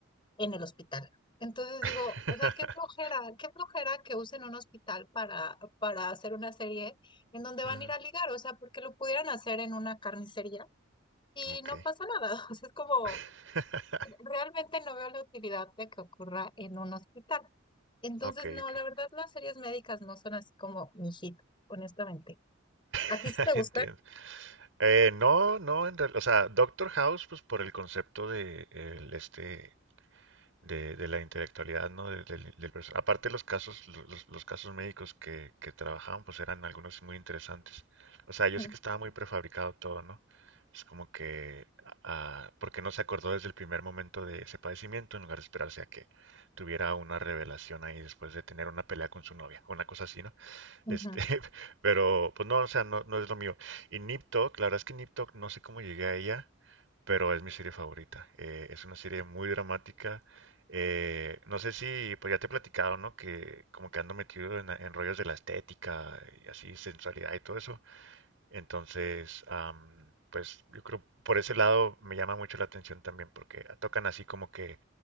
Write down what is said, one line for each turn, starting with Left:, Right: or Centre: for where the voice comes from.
Left: en el hospital. Entonces
Right: <laughs>
Left: digo, o sea, qué flojera, qué flojera que usen un hospital para, para hacer una serie en donde van
Right: Mm,
Left: a ir a ligar, o sea, porque lo pudieran hacer en una carnicería y
Right: ok,
Left: no pasa nada. <laughs> O sea, es como
Right: <laughs>
Left: Realmente no veo la utilidad de que ocurra en un hospital. Entonces,
Right: ok,
Left: no,
Right: ok,
Left: la verdad, las series médicas no son así como mi hit, honestamente. ¿A
Right: <laughs>
Left: ti sí te gusta?
Right: entiendo. Eh, no, no, en real- o sea, Doctor House, pues por el concepto de el, este de, de la intelectualidad, ¿no? De- del- del perso- Aparte los casos, lo- los, los casos médicos que, que trabajaban, pues eran algunos muy interesantes. O sea, yo
Left: Ujú,
Right: sé que estaba muy prefabricado todo, ¿no? Es como que, ah, porque no se acordó desde el primer momento de ese padecimiento en lugar de esperarse a que tuviera una revelación ahí después de tener una pelea con su novia, una cosa así, ¿no?
Left: ujú.
Right: Este, <laughs> pero pues no, o sea, no, no es lo mío. Y Nip Tuck, la verdad es que Nip Tuck, no sé cómo llegué a ella pero es mi serie favorita. Eh, es una serie muy dramática. Eh, no sé si, pues ya te he platicado, ¿no? Que como que ando metido en, en rollos de la estética y así, sensualidad y todo eso. Entonces, am, pues yo creo por ese lado me llama mucho la atención también, porque tocan así como que